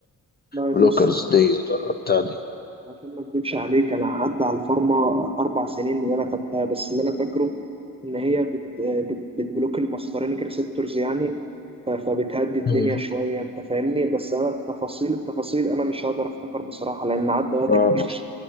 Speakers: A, on the right (about 15°); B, on the left (about 30°).
A: لا يبص
B: بلوكرز دي ولا بتاع
A: عشان ما اكدبش عليك انا عدى على الفارما اربع سنين اللي انا خدتها بس اللي انا فاكره ان هي بت بت بتبلوك الماسكارينيك ريسبتورز يعني ف- فبتهدي الدنيا
B: دي
A: شويه انت فاهمني بس انا التفاصيل التفاصيل انا مش هقدر افتكر بصراحه لان عدى وقت
B: اه
A: كتير